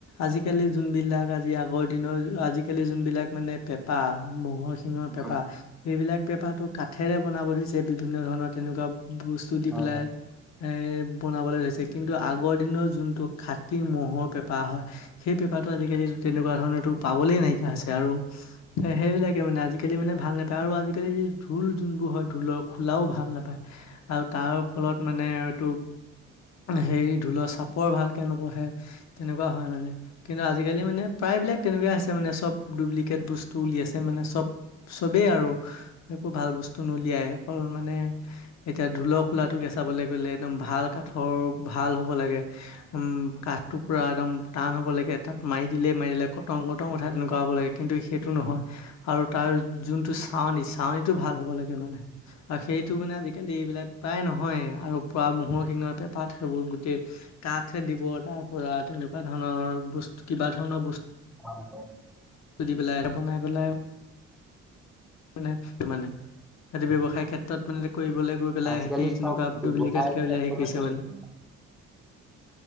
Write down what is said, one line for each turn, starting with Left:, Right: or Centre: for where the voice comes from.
Left: আজিকালি যোনবিলাক আজি আগৰ দিনৰ আজিকালি। যোনবিলাক মানে পেপা ম'হৰ শিঙৰ পেপা
Centre: হয়
Left: সেইবিলাক পেপাটো কাঠেৰে বনাব দিছে বিভিন্ন ধৰণৰ তেনেকুৱা বস্তু দি
Centre: হয়
Left: পেলাই
Centre: হয়
Left: এ, বনাবলৈ ধৰিছে কিন্তু আগৰ দিনৰ যোনটো খাটি ম'ৰ পেঁপা হয় সেই পেঁপা আজিকালি তেনেকুৱা ধৰণৰটো পাবলে নাইকিয়া আৰু হৈছে আৰু সেইবিলাকে মানে আজিকালি মানে ভাল নাপায় আৰু আজিকালি যে ধোল যোনবোৰ হয় ঢোলৰ খোলাও ভাল নাপায় আৰু তাৰ ফলত মানে এইটো সে ঢোলৰ চাপৰ ভালকে নপঢ়ে তেনেকুৱা হয় মানে কিন্তু আজিকালি মানে প্ৰায়। প্ৰাইবিলাক তেনেকুৱা আছে মানে চব ডুপ্লিকেট বস্তু উলিয়াইছে মানে চব। চবেই আৰু একো ভাল বস্তু নুলিয়াই অকল মানে এতিয়া ঢোল খোলাটোকে চাবলৈ গ'লে একদম ভাল কাঠৰ ভাল হ'ব লাগে উম কাঠ টো পুৰা একদম টান হ'ব লাগে তাত মাৰি দিলে মাৰি কটকৈ প্ৰতং কথা তেনেকুৱা হ'ব লাগে কিন্তু সেইটো নহয় আৰু তাৰ যোনটো চাৱনী চাৱনীটো ভাল হ'ব ে <unintelligible> আৰু সেইটো মানে আজিকালি এইবিলাক প্ৰায় নহয় আৰু প ম'হৰ শিঙৰ পেঁপাত সেইবোৰ গোটেই কাঠ দিব তাৰ পৰা তেনেকুৱা ধৰণৰ বস্তু কিবা ধৰণৰ বস্তু
Centre: হয়, হয়
Left: তুলি পেলাই আৰু বনাই পেলাই মে মানে সিহতে ব্য়ৱসায় ক্ষেত্ৰত মানে কৰিবলৈ গৈ পেলাই
Centre: আজিকালি
Left: সিহতি তেনেকুৱা
Centre: চব ব্যৱসায়
Left: ডুপ্লিকেটকে
Centre: ক্ষেত্ৰলৈ
Left: উলাই আহি কৰিছে
Centre: লৈ গৈছে।
Left: মানে